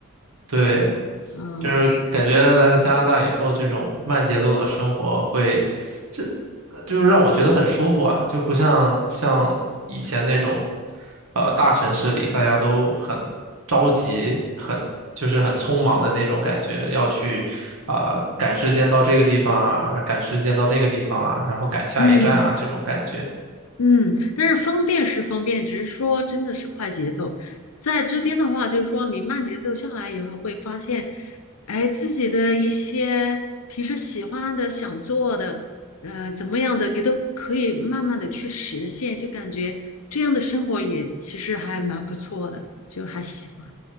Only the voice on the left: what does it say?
是，嗯是，
嗯
嗯。嗯，但是方便是方便，只是说真的是快节奏。在这边的话，就是说你慢节奏下来以后，会发现，哎，自己的一些平时喜欢的、想做的，呃，怎么样的，你都可以慢慢的去实现，就感觉这样的生活也其实还蛮不错的，就还喜欢